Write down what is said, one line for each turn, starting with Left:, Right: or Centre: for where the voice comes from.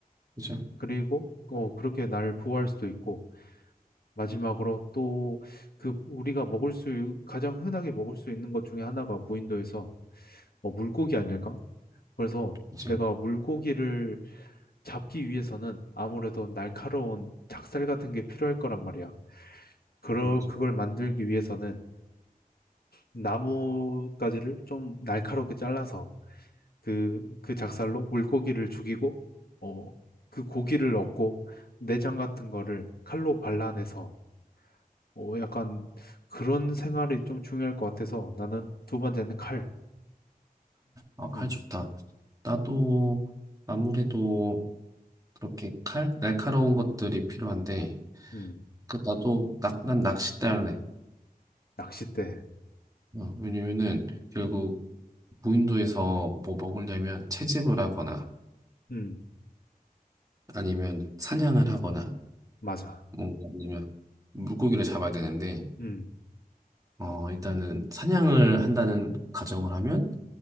Right: 그죠?
Left: 그리고 어, 그렇게 날 보호할 수도 있고 마지막으로 또 그 우리가 먹을 수, 가장 흔하게 먹을 수 있는 것 중에 하나가 무인도에서 어, 물고기 아닐까? 그래서
Right: 그치.
Left: 내가 물고기를 잡기 위해서는 아무래도 날카로운 작살 같은 게 필요할 거란 말이야. 그러,
Right: 그치, 그치.
Left: 그걸 만들기 위해서는 나뭇가지를 좀 날카롭게 잘라서 그, 그 작살로 물고기를 죽이고, 어, 그 고기를 얻고 내장 같은 거를 칼로 발라내서 어, 약간 그런 생활이 좀 중요할 것 같아서 나는 두 번째는 칼.
Right: 아, 칼
Left: 음,
Right: 좋다. 나도 아무래도 그렇게 칼? 날카로운 것들이 필요한데,
Left: 음,
Right: 그, 나도, 낙, 난 낚싯대 할래.
Left: 낚싯대.
Right: 어, 왜냐면은, 결국, 무인도에서 뭐 먹으려면 채집을 하거나,
Left: 음,
Right: 아니면 사냥을 하거나,
Left: 맞아.
Right: 뭔가 아니면 물고기를 잡아야 되는데,
Left: 음,
Right: 어, 일단은 사냥을 한다는 가정을 하면,